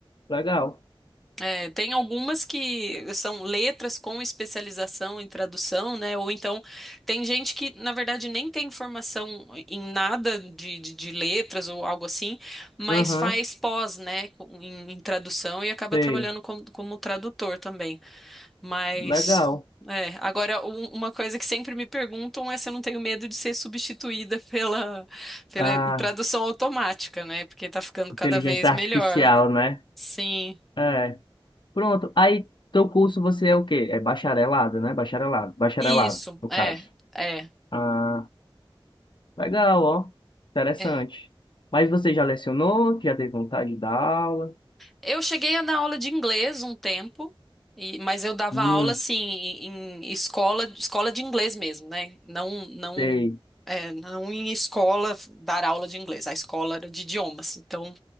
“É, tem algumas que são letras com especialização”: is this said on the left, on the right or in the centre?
Centre